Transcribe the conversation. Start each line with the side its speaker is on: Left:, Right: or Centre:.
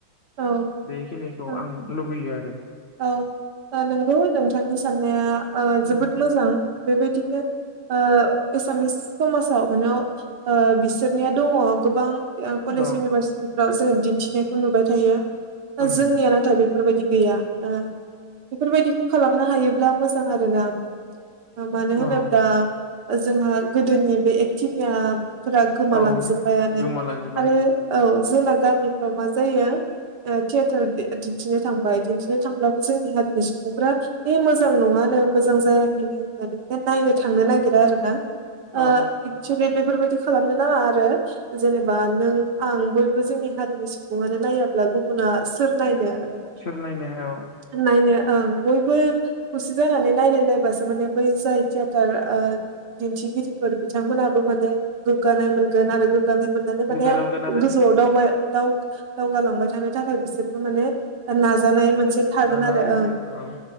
Right: औ
Left: बेखिनिखौ
Right: औ
Left: आं लुबैयो आरो
Right: औ ओ नंगौ नोंथांनि साननाया ओ जोबोद
Left: उम
Right: मोजां। बेबायदिनो ओ एसामिस समाजाव मानाव ओ बिसोरनिया दङ गोबां ओ
Left: अ
Right: कलेज इउनिभारसिटिफोराव जोङो दिन्थिनायखौ नुबाय थायो।
Left: ओम
Right: जोंनिया नाथाय बेफोरबायदि गैया ओ बेफोरबायदिखौ खालामनो हायोब्ला मोजां आरो ना। ओ मानो होनोब्ला
Left: औ
Right: जोंहा गोदोनि बे एक्टिनिया फोरा गोमालांजोब्बायानो
Left: औ गोमालांजोबबाय
Right: आरो औ जोंना गामिफ्राव मा जायो थियेटार दिन्थिनो थांबाय दिन्थिनो थांब्लाबो जोंनि हारिनि सुबुंफ्रा बे मोजां नङानो मोजां जायाखैनो होननानै माने नायनो थांनो नागिरा आरो ना। ओ
Left: औ
Right: एक्सवलि बेफोरबायदि खालामनो नाङा आरो जेनेबा नों आं बयबो जोंनि हारिनि सुबुङानो नायाब्ला गुबुना सोर नायनो ओ
Left: सोर नायनो औ
Right: नायनो ओं बयबो खौसे जानानै नायलायलायबासो माने बै जाय थियेटारओ दिन्थिगिरिफोर बिथांमोनाबो माने गोग्गानाय मोनगोन आरो गो गोग्गानाय मोननानै माने
Left: गोग्गानो मोनगोन आरो
Right: गोजौ दावबाय दाव दावगालांबाय थानो थाख <unintelligible> बिसोरबो माने नाजानाय मोनसे थागोन
Left: नाजानाया
Right: आरो
Left: थागोन
Right: ओं
Left: औ